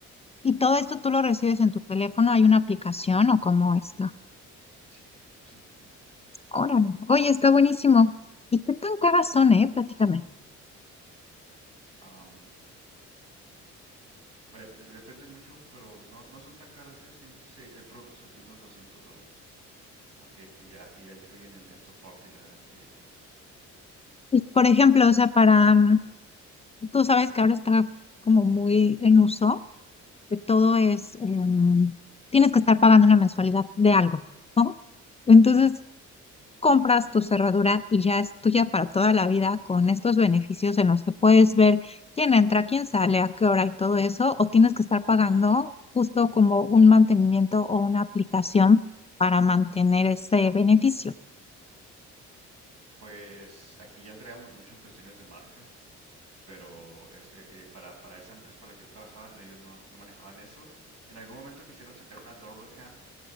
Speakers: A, on the left; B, on the right.
A: ¿Y todo esto tú lo recibes en tu teléfono? ¿Hay una aplicación o cómo está?
B: Sí, sí, una aplicación.
A: Órale. Oye, está buenísimo. ¿Y qué tan caras son, eh? Prácticamente.
B: Am, pues de- depende mucho, pero no, no son tan caras, ¿eh? Sí, sí, hay productos así, unos 200 dólares, ah, que, que ya, que ya incluyen el, el soporte y la garantía y todo eso.
A: Por ejemplo, o sea, para, mm, tú sabes que ahora está como muy en uso, que todo
B: Ujú.
A: es, em, tienes que estar pagando una mensualidad de algo, ¿no? Entonces, compras tu cerradura y ya es tuya para toda la vida con estos beneficios en los que puedes ver quién entra, quién sale, a qué hora y todo eso, o tienes que estar pagando justo como un mantenimiento o una aplicación para mantener ese beneficio.
B: Pues aquí ya entramos mucho en cuestiones de marcas, pero es, eh, eh, para, para esa empresa para la que yo trabajaba, no, ellos no, no manejaban eso. En algún momento quisieron sacar una doorbell cam